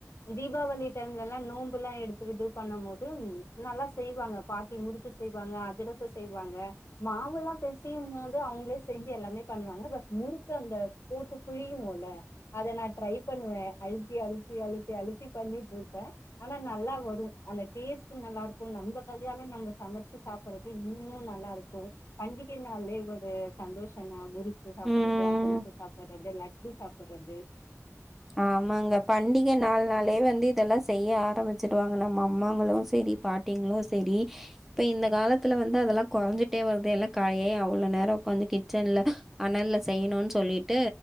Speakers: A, on the left; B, in the centre.
A: தீபாவளி டைம்ல எல்லா நோன்பு எல்லா எடுத் து இது பண்ணு போது நல்லா செய்வாங்க பாட்டி முறுக்கு செய்வாங்க அதிரசம் செய்வாங்க மாவுல்லா பெசயும் போது அவுங்களே செஞ்சு எல்லாமே பண்ணுவாங்க பட் முறுக்கு அந்த போட்டு புழியுவோம்ல அத நா ட்ரை பண்ணுவன் அழுத்தி அழுத்தி அழுத்தி அழுத்தி பண்ணிட்டு இருப்பே ஆனா நல்லா வரு அந்த டேஸ்ட்டு நல்லா இருக்கு நம்ம கையாலே நம்ம சமைச்சு சாப்பிடடுறது இன்னு நல்லா இருக்கு பண்டிகை நால்லே இது ஒரு சந்தோஷம்னா முறு க்கு சாப்டடுறது
B: ம்
A: அதிரசம் சாப்டடுறது லட்டு சாப்டடுறது
B: ஆமாங்க பண்டிகை நாலு நாளே வந்து இதெல்லா செய்ய ஆரம்பிச்சிடுவாங்க நம்ம அம்மாங்களு சேரி பாட்டிங்களு சேரி இப்ப இந்த காலத்துல வந்து அதெல்லா குறைஞ்சுட்டே வருதுே எல்ல காலே ஏ அவ்ள நேரோ உட்காந்து கிச்சன்ல அனல்ல செய்யணும்ன்னு சொல்லிட்டு